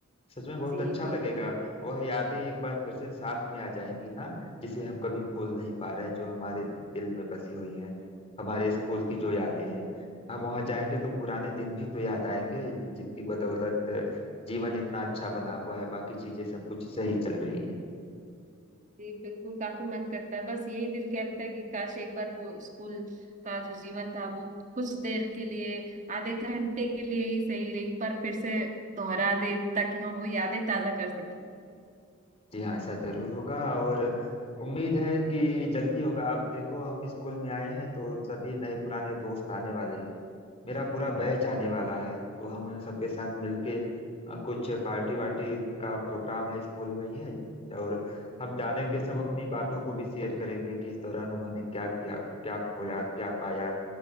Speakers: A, on the left (about 30°); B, on the right (about 35°).
A: सच में बहुत
B: जी
A: अच्छा
B: वो
A: लगेगा वह यादें एक बार फिर से साथ में आ जाएंगी ना जिसे हम कभी भूल नहीं पा रहे हैं जो हमारे दिल में बसी हुई हैं हमारे स्कूल की जो यादें हैं हम वहां जाएंगे तो पुराने दिन भी तो याद आएंगे जिनकी बदौलत जीवन इतना अच्छा बना हुआ है बाकी चीजें सब कुछ सही चल रही हैं
B: जी बिल्कुल काफी मन करता है बस यही दिल कहता है कि काश एक बार वो स्कूल का जो जीवन था वो कुछ देर के लिए आधे घंटे के लिए ही सही एक बार फिर से दोहरा दे ताकि हम वो यादें ताजा कर सकें
A: जी हाँ ऐसा जरूर होगा और उम्मीद है कि जल्दी होगा आप देखो हम स्कूल में आए हैं तो सभी नए पुराने दोस्त आने वाले हैं मेरा पूरा बैच आने वाला है तो हम उन सबके साथ मिलके अ, कुछ पार्टी वार्टी का प्रोग्राम है स्कूल में ही है और हम जानेंगे सब अपनी बातों को भी शेयर करेंगे कि इस दौरान उन्होंने क्या किया क्या खोया क्या पाया